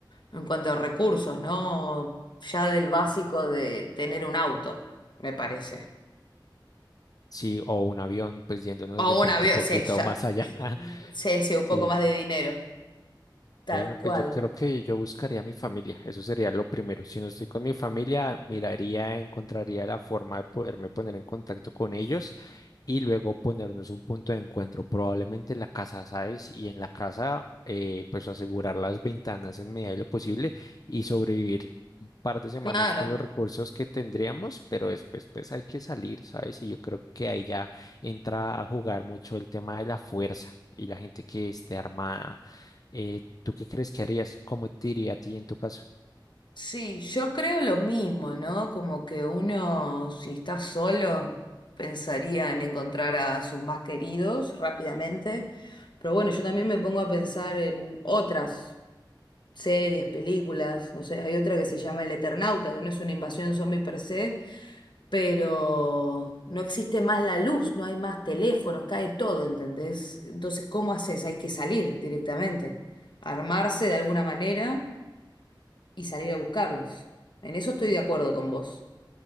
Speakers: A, on the left; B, on the left.
A: En cuanto a recursos, ¿no? Ya del básico de tener un auto, me parece.
B: Sí, o un avión, pues yéndonos
A: O
B: de pronto
A: un avión,
B: un poquito
A: sí, ya.
B: más allá. <laughs>
A: Sí, sí, un
B: Sí.
A: poco más de dinero. Tal
B: Bueno, pues
A: cual.
B: yo creo que yo buscaría a mi familia, eso sería lo primero. Si no estoy con mi familia, miraría, encontraría la forma de poderme poner en contacto con ellos y luego ponernos un punto de encuentro, probablemente en la casa, ¿sabes? Y en la casa, eh, pues asegurar las ventanas en medida de lo posible y sobrevivir un par de semanas
A: Claro.
B: con los recursos que tendríamos, pero después pues hay que salir, ¿sabes? Y yo creo que ahí ya entra a jugar mucho el tema de la fuerza y la gente que esté armada eh, ¿tú qué crees que harías? ¿Cómo te iría a ti en tu caso?
A: Sí, yo creo lo mismo, ¿no? Como que uno, si está solo, pensaría en encontrar a sus más queridos rápidamente. Pero bueno, yo también me pongo a pensar en otras series, películas. No sé, hay otra que se llama El Eternauta, que no es una invasión zombie per se, pero no existe más la luz, no hay más teléfonos, cae todo, ¿entendés? Entonces, ¿cómo haces? Hay que salir directamente, armarse de alguna manera y salir a buscarlos. En eso estoy de acuerdo con vos,